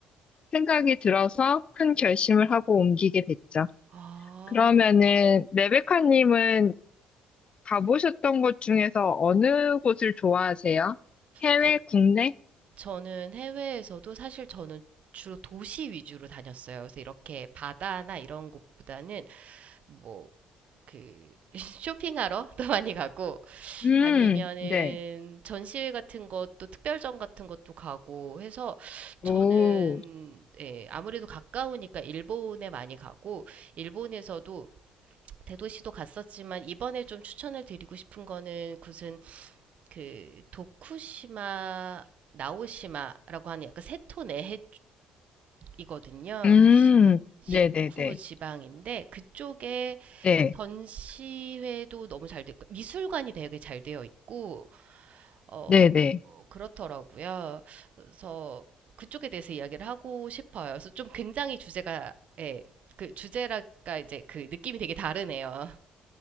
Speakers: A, on the left (about 40°); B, on the right (about 55°).
A: 생각이 들어서 큰 결심을 하고 옮기게 됐죠.
B: 아,
A: 그러면은 레베카님은 가보셨던 곳 중에서 어느 곳을 좋아하세요? 해외,
B: 저,
A: 국내?
B: 저는 해외에서도 사실 저는 주로 도시 위주로 다녔어요. 그래서 이렇게 바다나 이런 곳보다는 뭐 그 <laughs> 쇼핑하러 또 많이 가고
A: 음,
B: 아니면은
A: 네.
B: 전시회 같은 것도 특별전 같은 것도 가고 해서
A: 오,
B: 저는 예, 아무래도 가까우니까 일본에 많이 가고 일본에서도 대도시도 갔었지만 이번에 좀 추천을 드리고 싶은 거는 무슨 그 도쿠시마 나오시마라고 하는 약간 세토 내해 쪽이거든요.
A: 음,
B: 식후
A: 네네네.
B: 지방인데 그쪽에
A: 네,
B: 전시회도 너무 잘 됐고 미술관이 되게 잘 되어 있고 어
A: 네네.
B: 그렇더라고요. 그래서 그쪽에 대해서 이야기를 하고 싶어요. 그래서 좀 굉장히 주제가 예, 그 주제랄까 이제 그 느낌이 되게 다르네요.